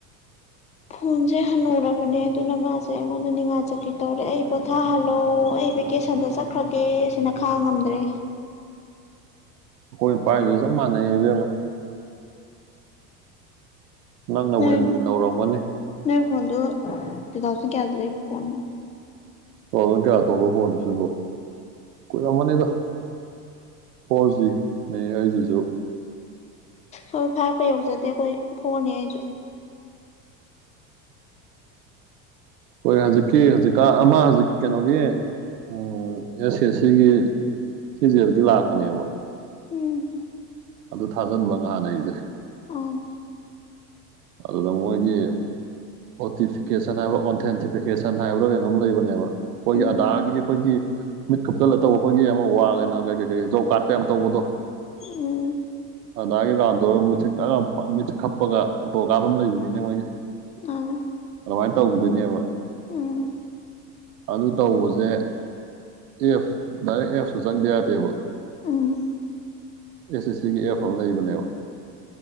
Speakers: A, on the left (about 15°); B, on the right (about 70°).
A: ꯐꯣꯟꯖꯦ ꯍꯟꯅꯨꯔꯕꯅꯦ ꯑꯗꯨꯅ ꯃꯥꯁꯦ ꯑꯩꯉꯣꯟꯗ ꯅꯤꯡꯉꯥꯏ ꯆꯥꯀ꯭ꯔꯤ ꯇꯧꯔꯦ ꯑꯩ ꯄꯣꯊꯥꯍꯜꯂꯣ ꯑꯩ ꯚꯦꯀꯦꯁꯟꯗ ꯆꯠꯈ꯭ꯔꯒꯦ ꯁꯤꯅ ꯈꯡꯉꯝꯗ꯭ꯔꯦ
B: ꯑꯩꯈꯣꯏ ꯄꯥꯏꯖꯤꯒ ꯆꯞ ꯃꯥꯟꯅꯩ ꯏꯕꯦꯝꯃꯥ ꯅꯪꯅꯕꯨ
A: ꯅꯣꯏ
B: ꯍꯦꯟꯅ ꯅꯧꯔꯝꯒꯅꯤ ꯇꯨ
A: ꯅꯣꯏ ꯐꯣꯟꯗꯣ ꯇꯨ ꯊꯥꯎꯖꯟ ꯀꯌꯥꯗ ꯂꯩꯕ ꯐꯣꯟꯅꯣ
B: ꯇꯨꯊꯥꯎꯖꯟ ꯀꯌꯥꯗ ꯊꯣꯛꯄ ꯐꯣꯟꯅꯣ ꯁꯤꯕꯣ ꯀꯨꯏꯔꯝꯃꯅꯤꯗ ꯐꯣꯔ ꯖꯤꯅꯦ ꯑꯩꯖꯤꯖꯨ
A: ꯍꯣꯏ ꯐꯥꯏꯚꯀ ꯌꯧꯖꯗꯦ ꯑꯩꯈꯣꯏ ꯐꯣꯔꯅꯦ ꯑꯩꯖꯨ
B: ꯑꯩꯈꯣꯏ ꯍꯧꯖꯤꯛꯀꯤ ꯍꯧꯖꯤꯛꯀꯥꯟ ꯑꯃ ꯍꯧꯖꯤꯛ ꯀꯩꯅꯣꯒꯤ ꯑꯦꯁ ꯑꯦꯁ ꯁꯤ ꯒꯤ ꯁꯤ ꯖꯤ ꯑꯦꯜ ꯒꯤ ꯂꯥꯛꯄꯅꯦꯕ
A: ꯎꯝ
B: ꯑꯗꯨ ꯊꯥꯖꯟꯕ ꯉꯍꯥꯟ ꯑꯩꯖꯦ
A: ꯑꯥ
B: ꯑꯗꯨꯗ ꯃꯣꯏꯒꯤ ꯑꯣꯇꯤꯐꯤꯀꯦꯁꯟ ꯍꯥꯏꯕ꯭ꯔꯥ ꯑꯣꯟꯊꯦꯟꯇꯤꯐꯤꯀꯦꯁꯟ ꯍꯥꯏꯕ꯭ꯔꯥ ꯀꯩꯅꯣꯝ ꯂꯩꯕꯅꯦꯕ ꯑꯩꯈꯣꯏꯒꯤ
A: ꯎꯝ
B: ꯑꯗꯥꯔꯒꯤ ꯑꯩꯈꯣꯏꯒꯤ ꯃꯤꯠ ꯈꯨꯞꯆꯜꯂ ꯇꯧꯕ ꯑꯩꯈꯣꯏꯒꯤ ꯑꯃ ꯋꯥꯜ ꯀꯩ ꯀꯩꯀꯩ ꯖꯣꯕ ꯀꯥ꯭ꯔꯠꯇ ꯌꯥꯝ ꯇꯧꯕꯗꯣ
A: ꯎꯝ
B: ꯑꯗꯥ꯭ꯔ ꯒꯩꯒꯥ ꯇꯧꯔꯒ ꯃꯤꯠꯁꯦ ꯒꯦꯂꯥꯎ ꯄ ꯃꯤꯠꯆꯠ ꯀꯞꯄꯒ ꯐꯣꯇꯣ ꯀꯥꯞꯄꯝ ꯂꯩꯕꯅꯤꯅꯦ ꯃꯣꯏꯒꯤ
A: ꯑꯥ
B: ꯑꯗꯨꯃꯥꯏꯅ ꯇꯧꯗꯣꯏꯅꯦꯕ
A: ꯎꯝ
B: ꯑꯗꯨ ꯇꯧꯕꯖꯦ ꯑꯦꯞ ꯗꯥꯏꯔꯦꯛ ꯑꯦꯞꯇ ꯆꯪꯗ ꯌꯥꯗꯦꯕ
A: ꯎꯝ ꯎꯝ
B: ꯑꯦꯁ ꯑꯦꯁ ꯁꯤ ꯒꯤ ꯑꯦꯐ ꯑꯃꯥ ꯂꯩꯕꯅꯦꯕ